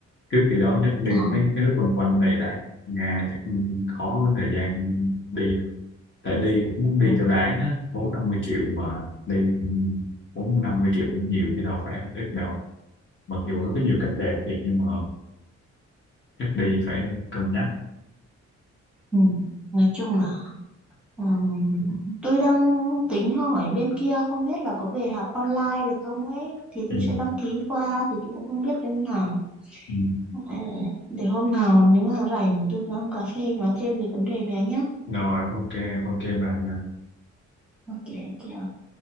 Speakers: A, on the left (about 40°); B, in the centre.
A: trước khi đó chắc đi
B: Ờ,
A: mấy cái nước quanh quanh này đã Nga chắc khó có thời gian đi lắm. tại đi cũng muốn đi
B: ừ,
A: cho đáng á bốn năm mươi triệu mà đi bốn năm mươi triệu cũng nhiều chứ đâu phải ít đâu mặc dù nó có nhiều cảnh đẹp thiệt nhưng mà chắc đi phải cân nhắc
B: ừ. Nói chung là ừm, tôi đang tính hỏi bên kia không biết là có về học online được không ấy thì tôi
A: ừ.
B: sẽ đăng ký qua thì tôi cũng không biết như thế nào
A: Ừ.
B: Ờ, để hôm nào nếu mà rảnh thì tôi với ông cà phê nói thêm về vấn đề này nhá
A: rồi ok ok bạn
B: ok ok